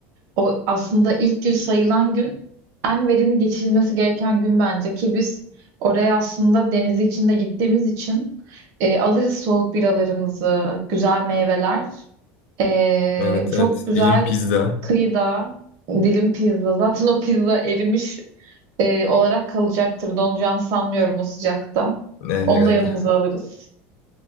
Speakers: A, on the right; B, on the left.
A: O aslında ilk gün sayılan gün en verimli geçirilmesi gereken gün bence ki biz oraya aslında denizi içinde gittiğimiz için e, alırız soğuk biralarımızı, güzel meyveler, E,
B: Evet
A: çok
B: evet
A: güzel
B: dilim pizza.
A: kıyıda dilim pizza. Zaten o pizza erimiş e, olarak kalacaktır. Donacağını sanmıyorum o sıcakta.
B: Ne herhalde.
A: Onu da yanımıza alırız.